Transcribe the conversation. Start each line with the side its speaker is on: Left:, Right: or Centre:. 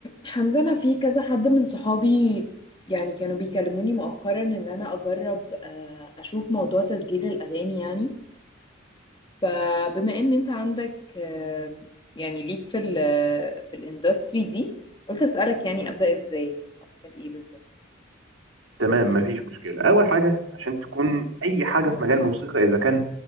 Left: حمزة أنا في كذا حد من صحابي يعني كانوا بيكلموني مؤخرا إن أنا أجرب آه، أشوف موضوع تسجيل الأغاني يعني فبما إن أنت عندك آه، يعني ليك في ال في الإندستري دي قلت أسألك يعني
Right: مم.
Left: أبدأ إزاي أعمل إيه بالظبط
Right: تمام مفيش مشكلة أول حاجة عشان تكون أي حاجة في مجال الموسيقى إذا كان